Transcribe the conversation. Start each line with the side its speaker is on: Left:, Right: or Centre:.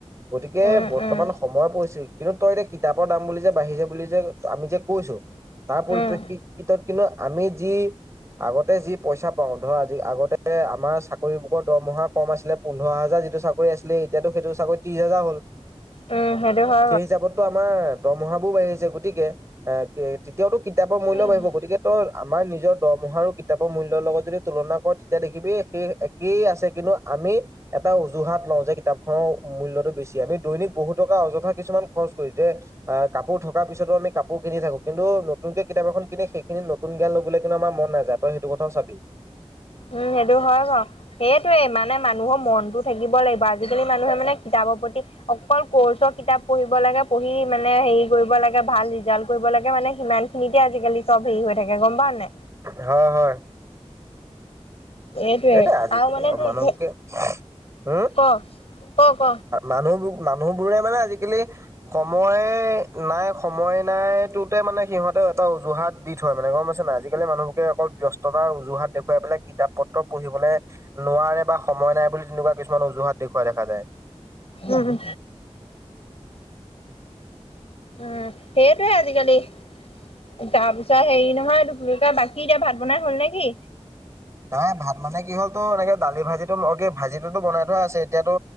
Right: গতিকে
Left: উম
Right: বৰ্তমান
Left: উম
Right: সময় পৰিছে। কিন্তু তই এতিয়া কিতাপৰ দাম বুলি যে বাঢ়িছে বুলি যে আমি যে কৈছো। তাৰ পৰিপ্ৰেক্ষিতত
Left: উম
Right: কিন্তু আমি যি আগতে যি পইচা পাওঁ ধৰ আজি আগতে আমাৰ চাকৰি বোকৰ দৰমহা কম আছিলে পোন্ধৰ হাজাৰ যিটো চাকৰি আছিলে এতিয়াটো সেইটো চাকৰি ত্ৰিছ হাজাৰ হ'ল।
Left: উম সেটো <unintelligible>
Right: সেই হিচাপততো আমাৰ দৰমহা বোৰ বাঢ়ি আছে গতিকে এ এতিয়াও তো কিতাপৰ মূল্যও
Left: উম
Right: বাঢ়িব গতিকে তো আমাৰ নিজৰ দৰমহা আৰু কিতাপৰ মূল্যৰ লগত যদি তুলনা কৰে তেতিয়া দেখিবি সেই একেই আছে কিন্তু আমি এটা অজুহাত লওঁ যে কিতাপ খনৰ মূল্যটো বেছি আমি দৈনিক বহু টকা অযথা কিছুমান খৰচ কৰি যে কাপোৰ থকাৰ পিছতো আমি কাপোৰ কিনি থাকো কিন্তু নতুনকে কিতাপ এখন কিনি সেইখিনি নতুন জ্ঞান ল'বলৈ কিন্তু আমাৰ মন নাযায় তই সেইটো কথাও চাবি
Left: উম সেইটো হয় বাৰু সেইটোয়ে ইমান মানে মানুহৰ মনটো থাকিব লাগিব আজিকালি মানুহে মানে কিতাপৰ প্ৰতি অকল কৰ্চৰ কিতাপ পঢ়িব লাগ পঢ়ি মানে হেৰি কৰিব লাগে ভাল ৰিজাল্ট কৰিব লাগে মানে সিমানখিনিতে আজিকালি চব হেৰি হৈ থাকে গম পোৱা নাই
Right: হ হয়
Left: এইটোৱে
Right: সেই আজিকালি
Left: মানে
Right: আৰু
Left: তোৰ
Right: মানুহকে <unintelligible> উম
Left: ক ক ক
Right: মানুহবোৰ <unintelligible> মানুহ বোৰে মানে আজিকালি সময় নাই সময় নাই টোতে মানে সিহঁতে এটা উজুহাত দি থৈ মানে গম পাইছেনে নাই আজিকালি মানুহবকে অকল ব্যস্ততাৰ অজুহাত দেখুৱাই পেলাই কিতাপ প- পঢ়িবলৈ নোৱাৰে বা সময় নাই বুলি তেনেকুৱা কিছুমান অজুহাত দেখুওৱা দেখা যায়
Left: উম উম সেইটোৱে আজিকালি তাৰ পিছত হেৰি নহয় এইটো কি বুলি কয় বাকী এতিয়া ভাত বনাই হল নেকি?
Right: নাই ভাত মানে কি হ'ল তোৰ এনেকে দালি ভাজিটো কি ভাজিতো বনাই থোৱা আছে এতিয়াতো